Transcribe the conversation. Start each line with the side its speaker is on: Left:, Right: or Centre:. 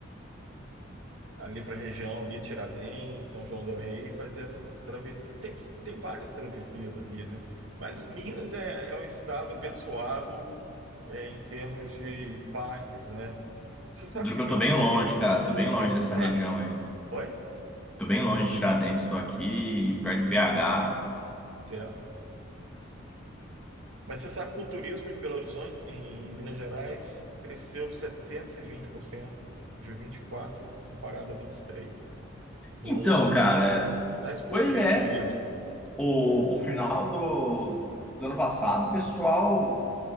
Right: ali para a região ali Tiradentes, São João del Rei, e fazer essa travessia. Tem, tem várias travessias ali, né? Mas Minas é, é um estado abençoado é, em termos de parques, né? Você sabe
Centre: Eu duro
Right: que
Centre: que
Right: Minas
Centre: eu tô bem longe,
Right: aumentou
Centre: cara.
Right: o
Centre: Tô
Right: turismo
Centre: bem longe dessa
Right: para
Centre: região
Right: mim.
Centre: aí.
Right: Oi?
Centre: Tô bem longe de Tiradentes, tô aqui perto de BH.
Right: Certo. Mas você sabe que o turismo em Belo Horizonte, em Minas Gerais, cresceu 720% de 24 comparado a vinte e três Em
Centre: Então,
Right: um ano,
Centre: cara,
Right: está explodindo
Centre: pois é.
Right: o turismo.
Centre: O, o final do, do ano passado, o pessoal